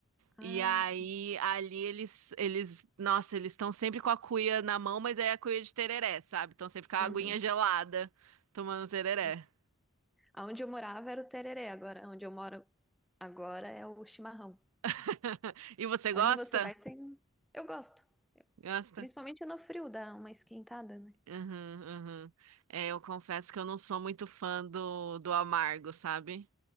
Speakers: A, in the centre; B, on the right (about 85°).
A: Ah,
B: E aí,
A: sim.
B: ali eles, eles, nossa, eles estão sempre com a cuia na mão, mas é a cuia de tereré, sabe? Estão sempre com a
A: Uhum.
B: aguinha gelada, tomando tereré.
A: Sim. Onde eu morava era o tereré, agora onde eu moro agora é o chimarrão.
B: <laughs> E você
A: Onde
B: gosta?
A: você vai tem. Eu gosto.
B: Gosta?
A: Principalmente no frio, dá uma esquentada, né?
B: Uhum, uhum. É, eu confesso que eu não sou muito fã do, do amargo, sabe?